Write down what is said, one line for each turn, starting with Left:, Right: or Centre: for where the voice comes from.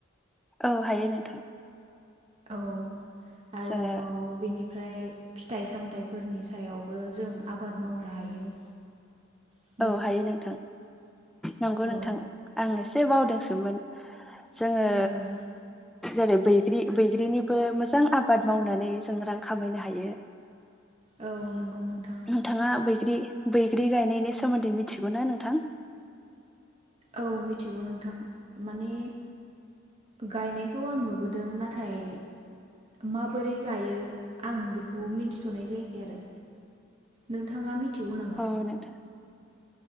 Centre: औ हायो नोंथां।
Right: औ आरोबाव
Centre: जोङो
Right: बेनि ओमफ्राय फिथाइ सामथाइफोरनि सायावबो जों आबाद मावनो हायो। <inaudible>
Centre: औ हायो नोंथां नंगौ नोंथां।
Right: औ
Centre: आं एसे बावदोंसोमोन जोङो
Right: ओं
Centre: जेरै बैग्रि बैग्रिनिबो मोजां आबाद मावनानै जों रां खामायनो हायो।
Right: औ नोंगौ नोंथां।
Centre: नोंथाङा बैग्रि बैग्रि गायनायनि सोमोन्दै मिथिगौ ना नोंथां?
Right: औ मिथिगौ नोंथां माने गायनायखौ आं नुबोदों नाथाय माबोरै गायो आं बेखौ मिन्थिथनाय जायाखै आरो नोंथाङा मिथिगौ नामा
Centre: औ नोंथां